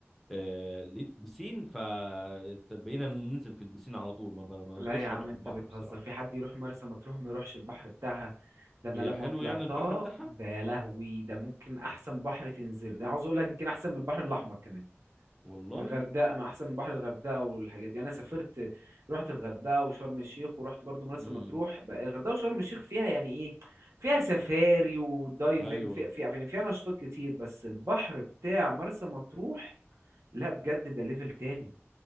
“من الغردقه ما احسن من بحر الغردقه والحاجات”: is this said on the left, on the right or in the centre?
Right